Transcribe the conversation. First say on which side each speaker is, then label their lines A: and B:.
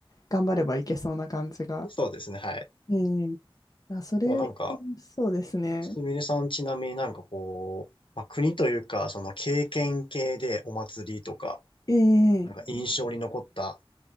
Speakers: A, on the left (about 40°); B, on the left (about 60°).
A: 頑張ればいけそうな感じが。
B: そうですね。はい。
A: ええ、あ、それ、
B: こうなんか、
A: そうですね。
B: すみれさんちなみになんかこう、まあ、国というか、その経験系でお祭りとか、
A: ええ
B: なんか印象に残った